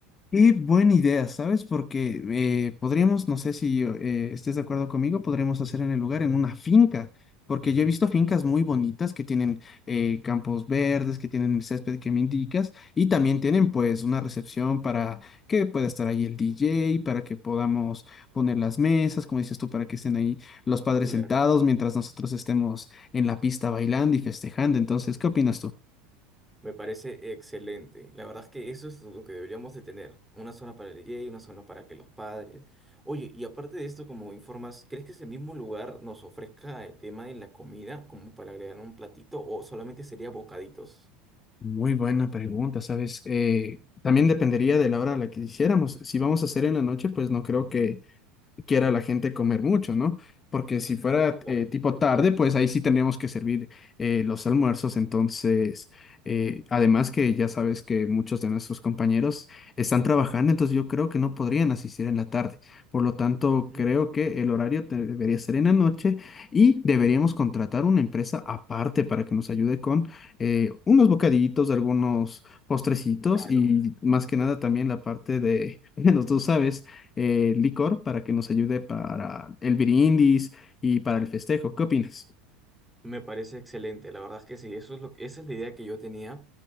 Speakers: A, on the left; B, in the centre.
A: Qué buena idea, ¿sabes? Porque eh, podríamos, no sé si eh, estés de acuerdo conmigo, podríamos hacer en el lugar, en una finca, porque yo he visto fincas muy bonitas que tienen eh, campos verdes, que tienen el césped que me indicas, y también tienen pues una recepción para que pueda estar ahí el DJ, para que podamos poner las mesas, como dices tú, para que estén ahí los padres
B: Claro.
A: sentados mientras nosotros estemos en la pista bailando y festejando. Entonces, ¿qué opinas tú?
B: Me parece excelente. La verdad es que eso es lo que deberíamos de tener. Una zona para el DJ, una zona para que los padres. Oye, y aparte de esto, como informas, ¿crees que ese mismo lugar nos ofrezca el tema de la comida como para agregar un platito o solamente sería bocaditos?
A: Muy buena pregunta, ¿sabes? Eh, también dependería de la hora a la que hiciéramos. Si vamos a hacer en la noche, pues no creo que quiera la gente comer mucho, ¿no? Porque si fuera
B: Claro,
A: eh, tipo
B: ¿entiendes?
A: tarde, pues ahí sí tendríamos que servir eh, los almuerzos. Entonces, eh, además que ya sabes que muchos de nuestros compañeros están trabajando, entonces yo creo que no podrían asistir en la tarde. Por lo tanto,
B: Ujú.
A: creo que el horario te- debería ser en la noche y deberíamos contratar una empresa aparte para que nos ayude con eh, unos bocadillitos, algunos postrecitos
B: Claro.
A: y más que nada también la parte de, <laughs> menos tú sabes eh, licor para que nos ayude para el Birindis y para el festejo. ¿Qué opinas?
B: Me parece excelente, la verdad es que sí, eso es lo, esa es la idea que yo tenía